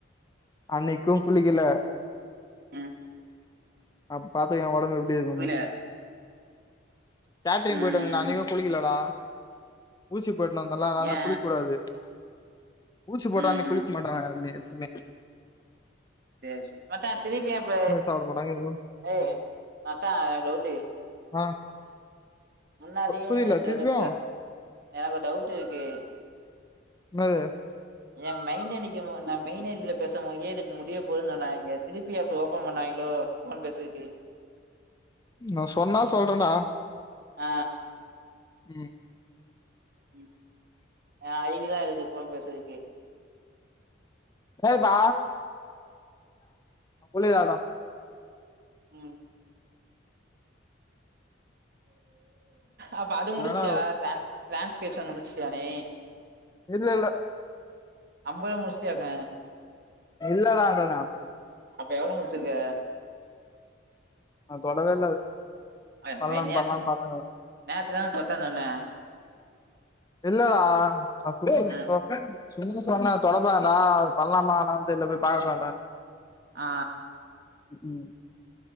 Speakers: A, on the left (about 20°); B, on the right (about 50°).
A: அன்னிக்கூ குளிக்கல
B: ம்
A: அப் பாத்துக்கோ ஏ ஒடம்பு எப்டி இருக்கூனு
B: புரில
A: கேட்ரிங்
B: ம்
A: போயிட்டு வந்தனே அன்னைக்கூ குளிக்கலடா ஊசி போட்னு வந்தன்ல அதுனால
B: ஏ
A: நா குளிக்கூடாது ஊசி போட்டா
B: ம்
A: அன்னிக் குளிக்கமாட்டாங்க யாருமே எப்புமே
B: சேரி செ மச்சா திருப்பியு இப்ப
A: சாப்ட மாட்டாங்க எதுவும்
B: ஏய் மச்சா ஓரு டவுட்டு
A: ஆ
B: முன்னாடியே
A: புரியல
B: <unintelligible>
A: திருப்பியும்
B: பேஸ் எனக்கு ஒரு டவுட்டு இருக்கு.
A: என்னது
B: ஏ மெயின் ஐ டி க்கி நா மெயின் ஐ டி ல பேச போதே எனக்கு முடிய போதுன்னு சொன்னாய்ங்க திருப்பி அப்போ ஓபன் பண்ணாய்ங்களோ ஃபோன் பேசுறக்கு
A: நா சொன்னா சொல்றேன்டா
B: ஆ
A: ம்
B: ம் ஏ ஐ டி தா இருக்கு போன் பேசுறக்கு
A: ப்ப புல்லதடா <unintelligible>
B: ம் அப்ப அது முடிச்சிட்டியா
A: வேணா
B: ட்ரான் ட்ரான்ஸ்கிரிப்ஷன் முடிச்ட்டியா நீ
A: இல்லல்லே
B: அம்பது முட்ச்சிட்டியாக்க
A: இல்லடா சொன்னே
B: அப்ப எவ்ளோ முச்சிருக
A: நா தொடவேல்ல அது
B: அய் அது
A: பண்ணலான்னு
B: நேத்து
A: பண்ணலான்னு பாத்தேன்
B: நேத்துதானே தொட்ட தொன்னே
A: இல்ல டா ஃபஸ்ட்டு ஃபஸ்ட்டு
B: ம்
A: தொ சின் சொன்னே அத தொட வேண்டா பண்லாமா வேண்டாமான் தெர்ல போய் பாக்கலான்டா
B: ஆ
A: ம் ம்